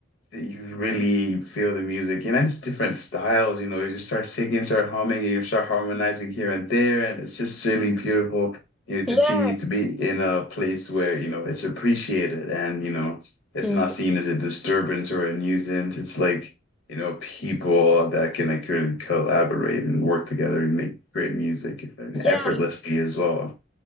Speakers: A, on the left (about 65°); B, in the centre.
A: you really feel the music, you know, it's different styles, you know, you just start singing, start humming, and you start harmonizing here and there, and it's just really beautiful, you know,
B: Yeah.
A: to see to be in a place where, you know, it's appreciated and, you know, it's
B: Mhm.
A: not seen as a disturbance or a nuisance. It's like, you know, people that can like really collaborate and work together and make great music and
B: Yeah.
A: effortlessly as well.